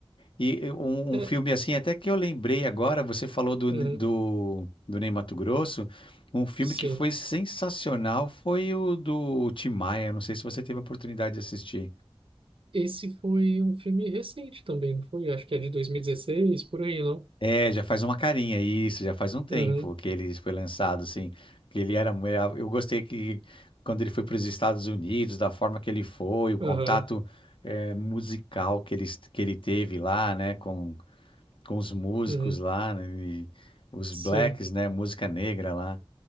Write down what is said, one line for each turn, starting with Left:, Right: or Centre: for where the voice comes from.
Left: e um,
Right: É,
Left: um filme, assim, até que eu lembrei agora, você falou do,
Right: uhum,
Left: do, do Ney Matogrosso, um filme
Right: sim.
Left: que foi sensacional foi o do Tim Maia, não sei se você teve a oportunidade de assistir.
Right: Esse foi um filme recente também, não foi? Acho que é de 2016, por aí, não?
Left: É, já faz uma carinha, isso, já faz um tempo
Right: Uhum,
Left: que ele foi lançado, assim, que ele era, eu gostei que quando ele foi para os Estados Unidos, da forma que ele foi, o contato
Right: aham,
Left: eh, musical que ele, que ele teve lá, né, com, com os músicos
Right: uhum,
Left: lá, né, e os
Right: sim.
Left: blacks, né, música negra lá,